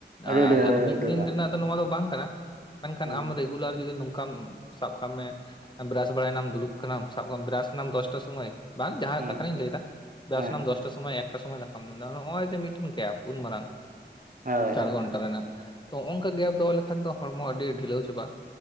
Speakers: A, on the right; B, on the left.
A: ᱟᱹᱰᱤ
B: ᱟᱨ
A: ᱟᱹᱰᱤ ᱟᱹᱰᱤ
B: ᱟᱫᱚ ᱢᱤᱫ ᱫᱤᱱ
A: ᱟᱢᱫᱟ
B: ᱨᱮᱱᱟᱜ ᱱᱚᱣᱟ ᱫᱚ ᱵᱟᱝ ᱠᱟᱱᱟ, ᱢᱮᱱᱠᱷᱟᱱ
A: ᱦᱩᱸ
B: ᱟᱢ ᱨᱮᱜᱩᱞᱟᱨ ᱡᱩᱫᱤ ᱱᱚᱝᱠᱟᱢ ᱥᱟᱵ ᱠᱟᱜ ᱢᱮ ᱵᱨᱟᱥ ᱵᱟᱲᱟᱭᱮᱱᱟᱢ ᱫᱩᱲᱩᱵ ᱠᱟᱱᱟᱢ, ᱥᱟᱵ ᱠᱟᱜ ᱢᱮ ᱵᱨᱟᱥᱱᱟᱢ ᱫᱚᱥᱴᱟ ᱥᱚᱢᱚᱭ ᱵᱟᱝ ᱡᱟᱦᱟᱸ
A: ᱦᱩᱸ
B: ᱨᱮᱭᱟᱜ ᱠᱟᱛᱷᱟ ᱨᱤᱧ ᱞᱟᱹᱭᱫᱟ ᱵᱨᱟᱥᱮᱱᱟᱢ
A: ᱦᱮᱸ
B: ᱫᱚᱥᱴᱟ ᱥᱚᱢᱚᱭ ᱮᱠ ᱮᱠᱴᱟ ᱥᱚᱢᱚᱭ ᱫᱟᱠᱟᱢ ᱡᱚᱢᱫᱟ ᱱᱚᱜᱼᱚᱭ ᱡᱮ ᱢᱤᱫᱴᱮᱱ ᱜᱮᱯ, ᱩᱱ ᱢᱟᱨᱟᱝ
A: ᱦᱳᱭ
B: ᱪᱟᱨ
A: ᱦᱳᱭ
B: ᱜᱷᱚᱱᱴᱟ ᱨᱮᱱᱟᱜ ᱛᱚ ᱚᱱᱠᱟ ᱜᱮᱯ ᱫᱚᱦᱚ ᱞᱮᱠᱷᱟᱱ ᱫᱚ ᱦᱚᱲᱢᱚ ᱟᱹᱰᱤ ᱰᱷᱤᱞᱟᱹᱣ ᱪᱟᱵᱟᱜᱼᱟ